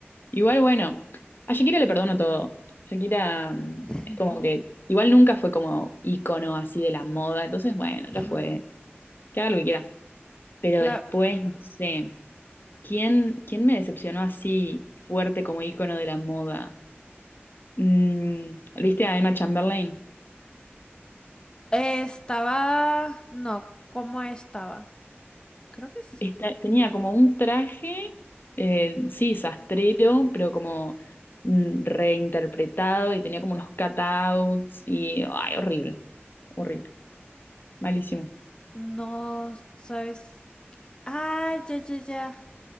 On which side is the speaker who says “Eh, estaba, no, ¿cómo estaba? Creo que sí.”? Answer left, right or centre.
Left